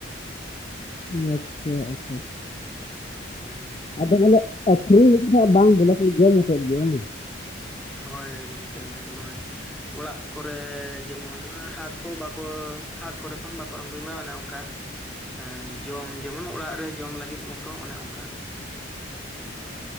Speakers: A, on the left; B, in the centre.
A: ᱭᱟᱪᱪᱷᱟ, ᱟᱪᱪᱷᱟ-ᱪᱷᱟ᱾
B: ᱦᱳᱭ᱾
A: ᱟᱫᱚ ᱵᱚᱞᱮ ᱟᱠᱷᱨᱤᱧ ᱞᱤᱜᱤ ᱫᱚ ᱦᱟᱸᱜ ᱵᱟᱝ, ᱵᱚᱞᱮ ᱠᱷᱟᱹᱞᱤ ᱡᱚᱢ ᱢᱚᱛᱚ ᱞᱤᱜᱤᱜ ᱵᱟᱝ!
B: ᱦᱳᱭ ᱜᱚᱝᱠᱮ, ᱱᱚᱜᱼᱚᱸᱭ ᱚᱲᱟᱜ ᱠᱚᱨᱮ ᱡᱮᱢᱚᱱ ᱟᱸ ᱦᱟᱴ ᱠᱚ ᱵᱟᱠᱚ, ᱦᱟᱴ ᱠᱚᱨᱮ ᱠᱷᱚᱱ ᱵᱟᱠᱚ ᱟᱸᱜᱩᱭ ᱢᱟ ᱚᱱᱮ ᱚᱝᱠᱟ᱾ ᱮᱸ ᱡᱚᱢ ᱡᱮᱢᱚᱱ ᱚᱲᱟᱜ ᱨᱮ ᱡᱚᱢ ᱞᱟᱹᱜᱤᱫ ᱢᱚᱛᱚ ᱚᱱᱮ ᱚᱱᱠᱟ᱾